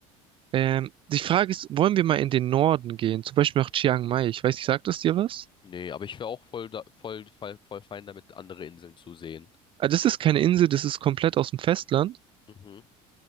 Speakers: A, on the right; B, on the left.
A: Ähm, die Frage ist, wollen wir mal in den Norden gehen? Zum Beispiel nach Chiang Mai. Ich weiß nicht, sagt das dir was?
B: nee, aber ich wäre auch voll, da, voll, voll, voll fein damit, andere Inseln zu sehen.
A: Ah, das ist keine Insel, das ist komplett aus dem Festland.
B: Mhm.